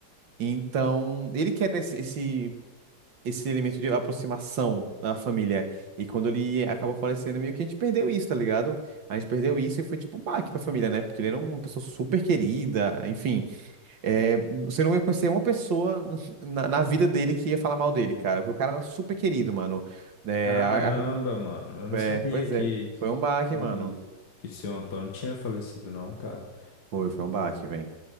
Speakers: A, on the right; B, on the left.
A: Então, ele quer esse, esse, esse elemento de aproximação da família. E quando ele acabou falecendo, meio que a gente perdeu isso, tá ligado? A gente perdeu isso e foi tipo um baque pra família, né? Porque ele era uma pessoa super querida, enfim. É, você não ia conhecer uma pessoa <laughs> na, na vida dele que ia falar mal dele, cara. Porque o cara era super querido, mano. É,
B: Caramba,
A: a- a-
B: mano, eu não
A: é,
B: sabia
A: pois
B: que,
A: é, foi um baque,
B: que,
A: mano.
B: que o seu Antônio tinha falecido, não, cara.
A: Foi, foi um baque, velho.